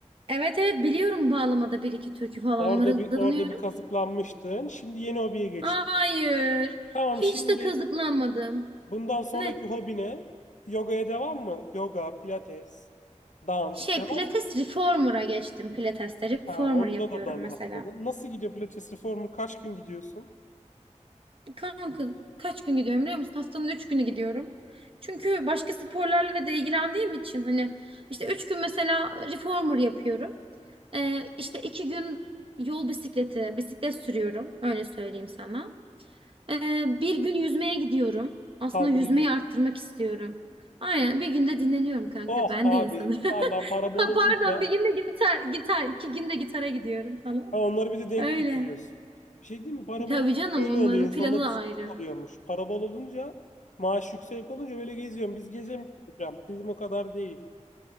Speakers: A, on the right; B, on the left.
A: Evet evet biliyorum bağlamada bir iki türkü falan
B: Orada
A: mırıldanıyorum.
B: bir orada bir kazıklanmıştın. Şimdi yeni hobiye geçtin.
A: Hayır.
B: Tamam
A: Hiç
B: şimdi
A: de kazıklanmadım.
B: bundan sonraki
A: Ne?
B: hobine yogaya devam mı? Yoga, pilates, dans
A: Şey
B: devam
A: pilates
B: mı?
A: reformer'a geçtim pilateste. Reformer
B: Ha, onda
A: yapıyorum
B: da dal
A: mesela.
B: atladın. Nasıl gidiyor pilates reformer? Kaç gün gidiyorsun?
A: Kanka, kaç gün gidiyorum biliyor musun? Haftanın 3 günü gidiyorum. Çünkü başka sporlarla da ilgilendiğim için hani işte 3 gün mesela reformer yapıyorum. Ee, işte 2 gün yol bisikleti, bisiklet sürüyorum. Öyle söyleyeyim sana. Ee, bir gün yüzmeye gidiyorum. Aslında
B: Kaldı
A: yüzmeyi
B: bir gün.
A: arttırmak istiyorum. Aynen bir günde dinleniyorum kanka.
B: Oh
A: Ben de insanım.
B: abi
A: <laughs>
B: vallahi para
A: Ha,
B: bol
A: pardon
B: olunca
A: bir günde gitar, gitar, iki günde gitara gidiyorum falan.
B: Ha, onları bir de denk
A: Öyle.
B: getiriyorsun. Bir şey değil mi? Para
A: Tabii
B: bol olunca
A: canım
B: böyle
A: onların
B: oluyor. İnsanlar
A: planı da
B: bir sürük
A: ayrı.
B: oluyormuş. Para bol olunca, maaş yüksek olunca böyle geziyorum. Biz gezemiyoruz hocam. Bizim o kadar değil.